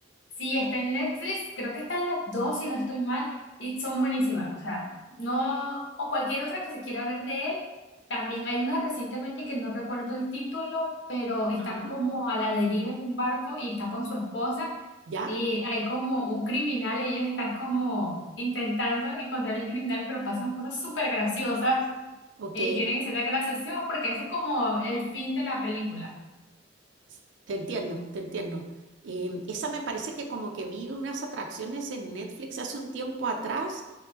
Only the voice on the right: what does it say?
Ah.
¿Ya?
Ok,
s- te entiendo, te entiendo. Em, esa me parece que como que vi unas atracciones en Netflix hace un tiempo atrás